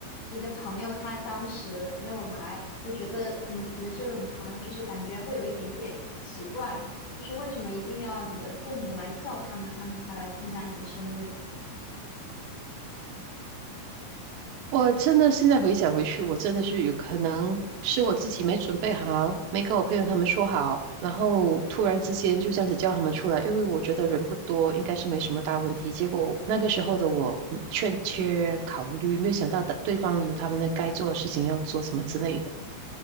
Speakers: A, on the left; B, on the right.
A: 你的朋友他当时没有来，我觉得你你的这种朋友就是感觉会有一点点奇怪，就是为什么一定要你的父母来叫他们，他们才来参加你的生日？
B: 我真的现在回想回去，我真的是有可能是我自己没准备好，没跟我朋友他们说好，然后突然之间就这样子叫他们出来，因为我觉得人不多，应该是没什么大问题。结果那个时候的我嗯欠缺考虑，没有想到的对方有他们的该做的事情要做什么之类的。